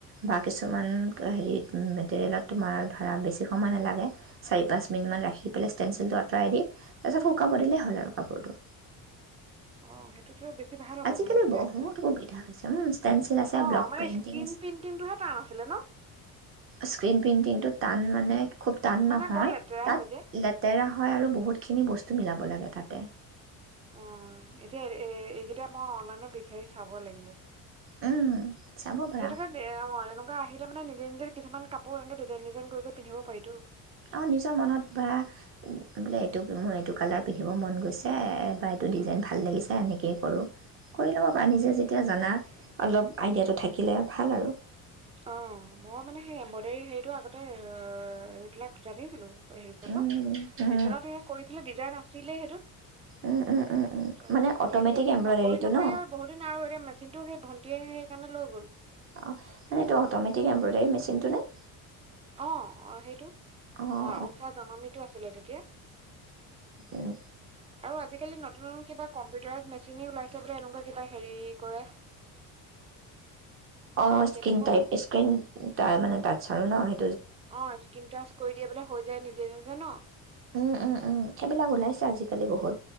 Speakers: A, on the right; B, on the right.
A: বা কিছুমান,
B: উম
A: হেৰিত মেটেৰিয়েলত তোমাৰ ধৰা বেছি সময় নালাগে। চাৰি-পাঁচ মিনিটমান ৰাখি পেলাই, ষ্টেনচিলটো আঁতৰাই দি, তাৰ পিছত শুকাব দিলেই হ'ল। আৰু কাপোৰটো
B: অ', সেই টো বেছি ভাল হ'ব,
A: আজিকালি
B: মানে, ষ্টেনচিলটো।
A: বহুত সুবিধা হৈছে ষ্টেনচিল আছে
B: অ',
A: ব্লক
B: আমাৰ
A: পেইণ্টিং
B: এই স্ক্ৰীন পেইণ্টিংটো হে টান আছিলে ন?
A: স্ক্ৰীন পেইণ্টিংটো টান, মানে খুব টান
B: মানে
A: নহয়।
B: বৰ লেতেৰা
A: তাত
B: হয় যে
A: লেতেৰা হয়, আৰু বহুতখিনি বস্তু মিলাব লাগে তাতে
B: অ', এতিয়া এ এইকেইটা মই অনলাইনত বি বিচাৰি চাব লাগিব।
A: উম, চাব পাৰা
B: তেনেকুৱা নহ'ও এনেকুৱা আহিলে মানে নিজে নিজে কিছুমান কাপোৰ এনেকে ডিজাইন ডিজাইন কৰি পিন্ধিব পাৰি টো
A: অ', নিজৰ মনত ভৱা বোলে এইটো মোৰ এইটো কালাৰ পিন্ধিব মন গৈছে বা এইটো ডিজাইন
B: উম
A: ভাল লাগিছে এনেকৈয়ে কৰোঁ। কৰি ল'ব পাৰা নিজে যেতিয়া জানা অলপ আইডিয়াটো থাকিলে ভাল আৰু।
B: অ', মই মানে সেই এম্ব্ৰইডাৰী হেৰিটো আগতে ৰৰ এইিলাক জানিছিলো। হেৰি কব
A: উম, উম,
B: মিচিনে দি কৰি থাকিলে ডিজাইন আছে। দিলে সেইটোত।
A: উম, উম, উম, উম।
B: তাৰপিছত
A: মানে অট'মেটিক
B: এতিয়া মানে
A: এম্ব্ৰইডাৰীটো
B: নকৰি নকৰি
A: ন অঁ
B: আৰু বহুত দিন আৰু এতিয়া মেচিনতটো সেই ভন্টিয়ে হে সিহঁতে লৈ গ'ল।
A: অ মানে, এইটো অটমেটিক এমইডাৰী মেচিনটো নে?
B: অ, অ' সেইটো
A: অঁ
B: অ ঊষা জমানাটো আছিলে তেতিয়া
A: অঁ
B: আৰু আজিকালি নতুন নতুন কিবা কম্পিটাৰাইজ মেচিনে ওলাইছে বোলে এনেকুৱা কিবা হেৰি কৰে।
A: অ স্ক্ৰিন
B: তেনেকুৱাও
A: টাইপ, স্ক্ৰিন। তাৰ মানে তাত চাৰ ন আহে
B: অ' স্কিন টাচ কৰি দিয়ে বোলে হৈ যায় নিজে নিজে। জ ন।
A: উম উম উম সেইবিলাক ওলাইছে আজিকালি বহুত।